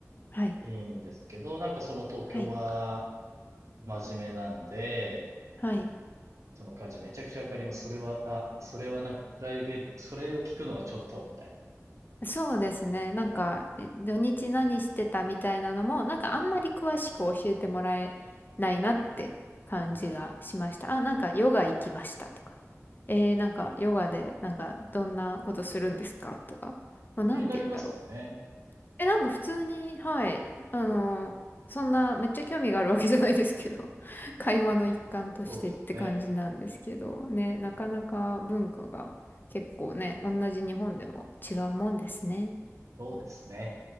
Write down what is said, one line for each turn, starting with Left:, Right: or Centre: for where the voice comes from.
Left: はい。
Right: いいんですけど、なんかその東京は
Left: はい。
Right: 真面目なんで、
Left: はい。
Right: その感じめちゃくちゃわかります。それは、あ、それはなんかプライベート、それを聞くのはちょっと、みたいな。
Left: そうですね。なんか、
Right: はい。
Left: 土日何してたみたいなのも、なんかあんまり詳しく教えてもらえないなって感じがしました。
Right: うん。
Left: あ、なんかヨガ行きましたとか。えー、なんかヨガで、なんかどんなことするんですかとか。もうなんて言うんだろう。
Right: 気になりますよね。
Left: え、なんか普通に、はい。あの、
Right: そう。
Left: そんなめっちゃ興味があるわけじゃないですけど、<laughs> 会話の一環としてって感じなんですけど、
Right: そうですよね。
Left: ね、なかなか文化が結構ね、同じ日本でも違うもんですね。
Right: そうですね。